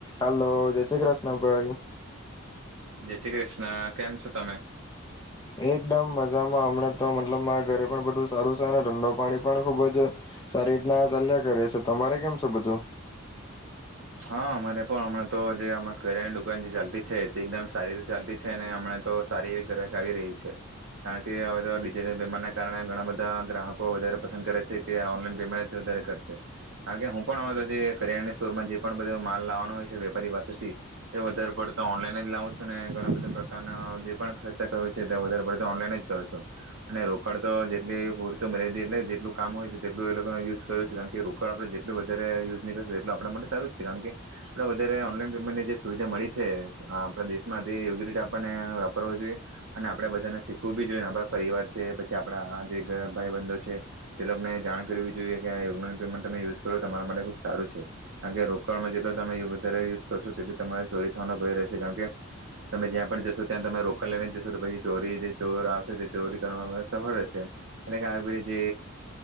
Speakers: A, on the left; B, on the right.
A: Hello જય શ્રી કૃષ્ણ. ભાઈ.
B: જય શ્રી કૃષ્ણ કેમ છો તમે?
A: એકદમ મજામાં હમણા તો મતલબ મા ઘરે પણ બધું સારું છે અને ઠંડો પાણી પણ ખુબ જ, સારી રીતના ચાલ્યા કરે છે તમારે કેમ છે બધું?
B: હા અમારે પણ હમણાં તો જે કરિયાણાની દુકાન જે ચાલતી છે તે એકદમ સારી રીતે ચાલતી છે અને હમણા તો સારી એવી ગ્રક આવી રહી છે, કારણ કે હવે તોિજટલ પેમેન્ટના કારણે ઘણા બધા ગ્રાહકો વધારે પસંદ કરે છે કે ઓનલાઈન પેમેન્ટ જ વધારે કરશે, કારણ કે હું પણ તો જે કરિયાણા સ્ટોરમાં જે પણ બધો માલ લાવવાનો હોય છે વેપારી પાસેથી તે વધારે પડતો તો ઓનલાઈન જ લાવું છું ને ઘણા બધા પ્રકારના જે પણ ખર્ચા કર છે તે વધારે પડે તો ઓનલાઈન જ કરું છો અને રોકડ તો જેટલી પૂરતો મેી એટલે જેટલું કામ હોય છે તેટલું એ લોકોનો યુઝ કરું છ છે કારણ કે રોકડ આપડણે જેટલું વધારે યુઝ નહીં કરશું એટલું આપણા માટે સારું કારણ કે આપણે વધારે ઓનલાઈન પેમેન્ટને જે સુવિધા મળી છે આપણા દેશમાં તે યોગી રીતે આપણને વાપર જોઈએ, અને આપણે બધાને શીખવું બી જોઈએ આપણા પરિવાર છે પછી આપણા જે ભાઈ બંધો છે, તે લોકોને જાણ કરવી જોઈએ કે આનલાન પેમેન્ટ તમે યુઝ કરો તો તમારા માટે ખૂબ સારું છે, કારણ કે તમે વધારે યુઝ કરશો તેટ તમા ચોરી થવાનો ભય રહેશે કારણ, કે તમે જ્યાં પણ જશો ત્યાં તમે રોકાડ લઈને જશો તો પછી ચોરી જે ચોર આવશે તે ચોરી કરવાવામાં સફળ રહેશે, એટલે કે આવી જે